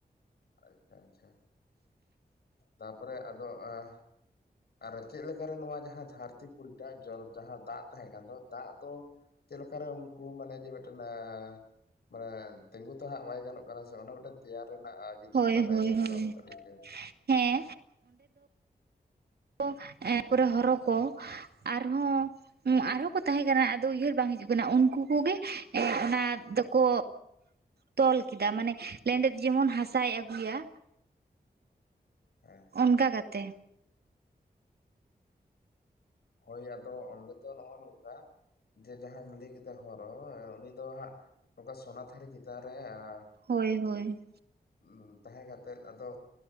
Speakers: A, on the left (about 75°); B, on the right (about 75°).
A: ᱟᱪᱪᱷᱟ ᱟᱪᱪᱷᱟ ᱛᱟᱯᱚᱨᱮ ᱟᱫᱚ ᱟᱸ ᱟᱨ ᱪᱮᱫ ᱞᱮᱠᱟᱨᱮ ᱱᱚᱣᱟ ᱡᱟᱦᱟᱸ ᱫᱷᱟᱹᱨᱛᱤ ᱯᱩᱨᱤᱴᱟ ᱡᱚ ᱡᱟᱦᱟᱸ ᱫᱟᱜ ᱛᱟᱦᱮᱸ ᱠᱟᱱ ᱫᱚ ᱫᱟᱜ ᱫᱚ ᱪᱮᱫ ᱞᱮᱠᱟᱨᱮ ᱩᱱᱠᱩ ᱢᱟᱱᱮ ᱡᱮ ᱢᱤᱫᱴᱮᱱ ᱮᱸ ᱢᱟᱱᱮ ᱛᱤᱸᱜᱩ ᱛᱚ ᱦᱟᱸᱜ ᱵᱟᱭ ᱜᱟᱱᱚᱜ ᱠᱟᱱᱟ ᱥᱮ ᱚᱱᱟ ᱢᱤᱫᱴᱮᱱ ᱛᱮᱭᱟᱨ ᱨᱮᱱᱟᱜ ᱮᱸ ᱡᱩᱫᱤᱢ
B: ᱦᱳᱭ
A: ᱵᱟᱰᱟᱭ
B: ᱦᱳᱭ
A: ᱠᱷᱟᱡ
B: ᱦᱳᱭ
A: ᱫᱚ ᱠᱟᱹᱴᱤᱡ ᱞᱟᱹᱭ ᱢᱮ?
B: ᱦᱮᱸ ᱠᱚ ᱮᱸ ᱯᱚᱨᱮ ᱦᱚᱨᱚ ᱠᱚ ᱟᱨᱦᱚᱸ
A: ᱦᱮᱸ
B: ᱟᱨᱦᱚᱸ ᱛᱟᱦᱮᱸ ᱠᱟᱱᱟ ᱟᱫᱚ ᱩᱭᱦᱟᱹᱨ ᱵᱟᱝ ᱦᱤᱡᱩᱜ ᱠᱟᱱᱟ ᱩᱝᱠᱩ ᱠᱚᱜᱮ ᱚᱱᱟ ᱫᱚᱠᱚ ᱛᱚᱞ ᱠᱮᱫᱟ ᱢᱟᱱᱮ ᱞᱮᱸᱰᱮᱛ ᱡᱮᱢᱚᱱ ᱦᱟᱥᱟᱭ ᱟᱹᱜᱩᱭᱟ᱾
A: ᱦᱮᱸ
B: ᱚᱱᱠᱟ ᱠᱟᱛᱮ᱾
A: ᱦᱳᱭ ᱟᱫᱚ ᱚᱸᱰᱮ ᱫᱚ ᱱᱚᱜᱼᱚ ᱱᱚᱝᱠᱟ ᱡᱮ ᱡᱟᱦᱟᱸᱢ ᱞᱟᱹᱭ ᱠᱮᱫᱟ ᱦᱚᱨᱚ ᱩᱱᱤ ᱫᱚ ᱦᱟᱸᱜ ᱱᱚᱝᱠᱟ ᱥᱚᱱᱟᱛᱷᱟᱹᱨᱤ ᱪᱮᱛᱟᱱ ᱨᱮ ᱟᱸ
B: ᱦᱳᱭ ᱦᱳᱭ
A: ᱩᱸ ᱛᱟᱦᱮᱸ ᱠᱟᱛᱮᱫ ᱟᱫᱚ